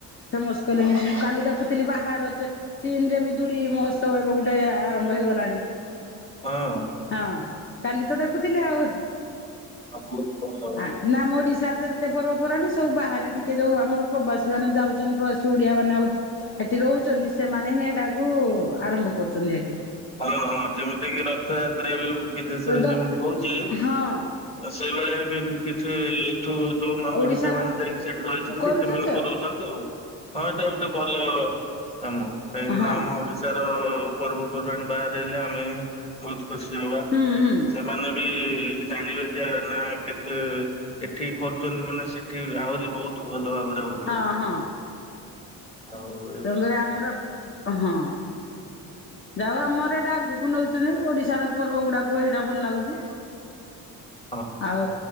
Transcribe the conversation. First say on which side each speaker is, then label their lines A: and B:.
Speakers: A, on the left (about 35°); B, on the left (about 15°).
A: ଫେମସ କଲେଣି ମୁଁ କାଲି ଦେଖୁଥୀ ଥିଲି ବାହାର ଚ -ଚୀନ ରେ ବି ଦୂଳି ମହୋତ୍ସବ ଏବେ ଗୋଟେ ଆରମ୍ଭ ହେଇଗଲାଣି।
B: ହଁ।
A: ହଁ କାଲି ତ ଦେଖୁଥିଲି ଆଉ।
B: ବହୁତ ଭଲ ହଁ
A: ଆ ନା ମ ଓଡିଶାର ଯେ ତେ ପର୍ବ ପର୍ବାଣୀ ସବୁ ବାହାରେ ଟିକେ ଯଉଁ ଆମର ପ୍ରବାସୀ ମାନେ ଯାଉଚନ୍ତି ପ୍ରବାସୀ ଓଡ଼ିଆ ମାନେ ଆଉଚି ସେଠି ରହୁଚନ୍ତି ସେମାନେ ହିଁ ଏଟାକୁ ଆରମ୍ଭ କରୁଚନ୍ତି ଏଠି।
B: ହଁ ହଁ ଯେମିତି କିି ରଥଯାତ୍ରା ଏବେ ବିଦେଶରେ
A: ତ
B: ଯେମିତି ହଉଚି ତ
A: ହଁ
B: ସେଇଭଳିଆ ଏବେ ଏମିକି ଚି ଏଠୁ ଯୋଉ ମାନ
A: ଓଡିଶାର
B: ଓଡିଶା ମାନେ ଯାଇକି ସେଠି ରହିଚନ୍ତି
A: କରୁଛନ୍ତି
B: ସେମାନେ
A: ଆଉ
B: କରଉଚନ୍ତି ଆଉ। ହଁ ଏଟା ଗୋଟେ ଭଲ କାମ କାହିଁକି
A: ହଁ
B: ନା ଆମ ଓଡିଶାର ପର୍ବପର୍ବାଣିୀ ବାହାର ଏ ହେଲେ ଆମେ ବହୁତ ଖୁସି ହବା।
A: ହୁଁ ହୁଁ
B: ସେମାନେ ବି ଜାଣିବେ ଯେ ଆର ନା କେତେ ଏଠି କରୁଚନ୍ତି ମାନେ ସେଠି ଆହୁରି ବହୁତ ଭଲ ଭାବରେ ହଉଥିବ।
A: ହଁ ହଁ
B: ଆଉ ଏ
A: ତେଣୁକରି ଆମର ହଁ। ଯାହଉ ଆମର ଏଇଟା ଆଗକୁ ନଉଚନ୍ତି ଓଡିଶାର ପର୍ବ ଗୁଡାକ ହେଇଟା ଭଲ ଲାଗୁଚି।
B: <inaudible>
A: ଆଉ